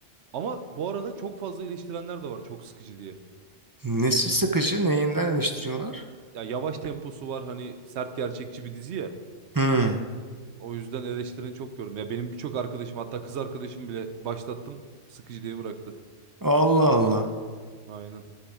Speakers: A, on the right; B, on the right.
A: Ama bu arada çok fazla eleştirenler de var çok sıkıcı diye.
B: Nesi sıkıcı neyinden eleştiriyorlar?
A: Ya yavaş temposu var hani sert gerçekçi bir dizi ya.
B: Hmm.
A: O yüzden eleştirini çok gördüm. Ya benim birçok arkadaşım hatta kız arkadaşım bile başlattım sıkıcı diye bıraktı.
B: Allah Allah.
A: Aynen.